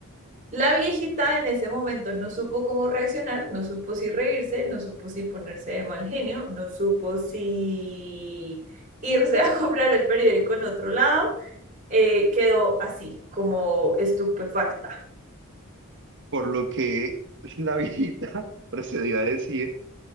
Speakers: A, on the right; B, on the right.
A: La viejita en ese momento no supo cómo reaccionar, no supo si reírse, no supo si ponerse de mal genio, no supo si irse a <laughs> comprar el periódico en otro lado, eh, quedó así, como estupefacta.
B: por lo que la viejita <laughs> procedió a decir